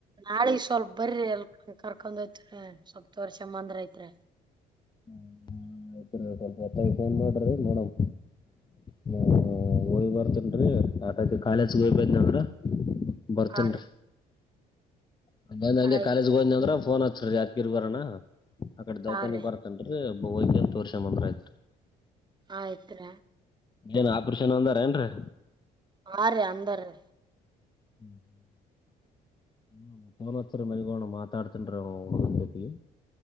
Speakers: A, on the right; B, on the left.
A: ನಾಳಿಗ್ ಸ್ವಲ್ಪ ಬರ್ರಿ ಅಲ್. ಹ ಕರ್ಕೊಂಡ್ ಹೋಯಿತೆವ್ರಿ ಸ್ವಲ್ಪ್ ತೋರ್ಷಾಬಂದ್ರ ಐತ್ರಿ.
B: ಹ್ಮ ಆಯಿತೋರಿ ಸ್ವಲ್ಪ ಹೊತ್ತಾಗಿ ಫೋನ್ ಮಾಡ್ರಿ ನೋಡಂ. ಹ್ಮ ಹೊಯ್ ಬರ್ತೀನ್ರಿ ನಾಕೈತಿ ಕಾಲೇಜ್ ಹೋಗಿಬನ್ನಿ ಅಂದ್ರ. ಬರ್ತೀನಿ.
A: ಹಾ ರೀ
B: ಮಧ್ಯಾನ ಹಂಗೆ
A: ಆಯ್ತ್
B: ಕಾಲೇಜ್ ಹೋದ್ನ ಅಂದ್ರ ಫೋನ್ ಹಚ್ರಿ ಯಾದ್ಗಿರಿ ಬರಣ ಅ ಕಡೆ ದೌಖಾನಿ
A: ಹಾ ರೀ
B: ಬರ ಅಂದರಿ ಬೊ ಹೊಕ್ಯಾಂತ್ ತೋರ್ಷಾಂಬಂದ್ರ ಆಯ್ತ.
A: ಆಯ್ತ್ರಾ.
B: ಏನ ಆಪರೇಷನ್ ಅಂದಾರ ಏನ್ರಿ.
A: ಹಾ ರೀ ಅಂದಾರೀ.
B: ಹ್ಮ್ ಹ್ಮ್ ಫೋನ್ ಹಚ್ರಿ ಮನಿಗ್ ಹೋಗಣ ಮಾತಾಡತಿನ್ರಿ ಹೊ ಅವ್ನ ಜೋತಿಗಿ.